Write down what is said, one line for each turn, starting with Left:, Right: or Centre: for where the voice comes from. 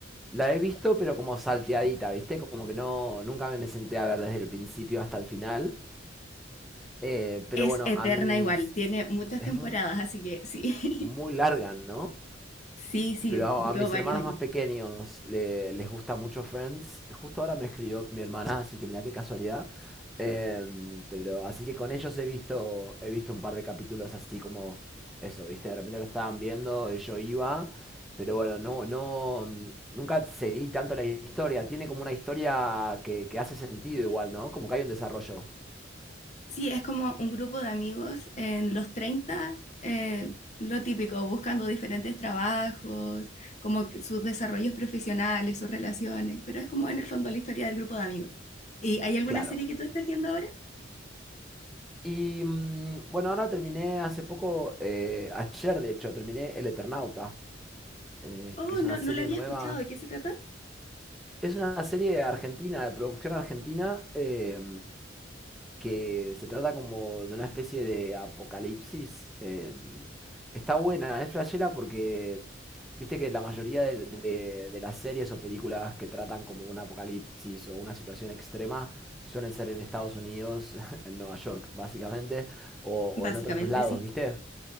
Centre: la he visto, pero como salteadita, ¿viste? Como que no, nunca me, me senté a ver desde el principio hasta el final. Eh, pero
Left: Es
Centre: bueno,
Left: eterna
Centre: a mis...
Left: igual, tiene muchas
Centre: Es
Left: temporadas,
Centre: mu-
Left: así que sí,
Centre: muy
Left: <laughs>
Centre: larga, ¿no?
Left: sí, sí,
Centre: Pero
Left: duró
Centre: a mis
Left: varios
Centre: hermanos
Left: años.
Centre: más pequeños le- les gusta mucho Friends. Justo ahora me escribió mi hermana, así que mirá qué casualidad. Em, pero así que con ellos he visto, he visto un par de capítulos así como eso, ¿viste? De repente lo estaban viendo, y yo iba, pero bueno, no, no, mm, nunca seguí tanto la historia. Tiene como una historia que, que hace sentido igual, ¿no? Como que hay un desarrollo.
Left: Sí, es como un grupo de amigos en los 30, eh, lo típico, buscando diferentes trabajos, como que sus desarrollos profesionales, sus relaciones, pero es como en el fondo la historia del grupo de amigos. ¿Y hay alguna
Centre: Claro.
Left: serie que tú estés viendo ahora?
Centre: Y mm, bueno, ahora terminé hace poco, eh, ayer de hecho, terminé El Eternauta. eh,
Left: Oh,
Centre: que es
Left: no,
Centre: una serie
Left: no la había
Centre: nueva
Left: escuchado, ¿de qué se trata?
Centre: es una serie argentina, de producción argentina, eh, que se trata como de una especie de apocalipsis. eh, está buena, es flashera porque viste que la mayoría de, de- de las series o películas que tratan como un apocalipsis o una situación extrema suelen ser en Estados Unidos, <laughs> en Nueva York, básicamente, o, o
Left: Básicamente
Centre: en otros lados,
Left: sí.
Centre: ¿viste?